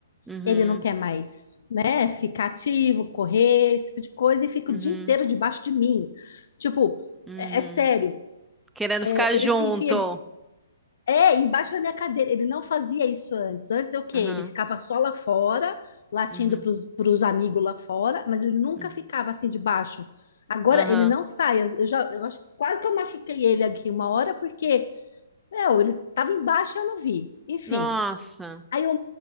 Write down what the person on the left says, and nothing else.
ele não quer mais, né, ficar ativo, correr, esse tipo de coisa, e fica
o dia inteiro debaixo de mim. Tipo,
é, é sério,
É,
ele se enfia É, embaixo da minha cadeira. Ele não fazia isso antes. Antes é o quê?
Ele ficava só lá fora, latindo
para os amigos lá fora, mas ele nunca
ficava assim debaixo. Agora
ele não sai. Eu já, eu acho que quase que eu machuquei ele aqui uma hora, porque, meu, ele estava embaixo e eu não vi. Enfim.
Aí o,